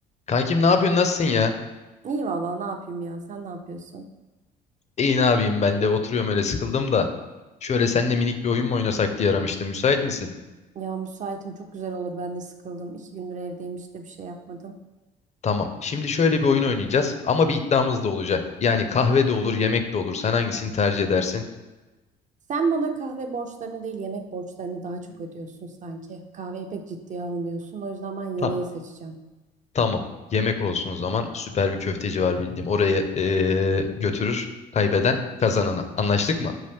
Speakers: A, on the left; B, on the right.
A: Kankim ne yapıyorsun? Nasılsın ya?
B: İyi valla ne yapayım ya sen ne yapıyorsun?
A: İyi ne yapayım ben de oturuyorum öyle sıkıldım da. Şöyle seninle minik bir oyun mu oynasak diye aramıştım. Müsait misin?
B: Ya müsaitim çok güzel olur ben de sıkıldım. İki gündür evdeyim hiç de bir şey yapmadım.
A: Tamam. Şimdi şöyle bir oyun oynayacağız ama bir iddiamız da olacak. Yani kahve de olur, yemek de olur. Sen hangisini tercih edersin?
B: Sen bana kahve borçlarını değil yemek borçlarını daha çok ödüyorsun sanki. Kahveyi pek ciddiye almıyorsun o yüzden ben yemeği
A: Ta-
B: seçeceğim.
A: tamam. Yemek olsun o zaman. Süper bir köfteci var bildiğim. Oraya eee, götürür kaybeden kazanana. Anlaştık mı?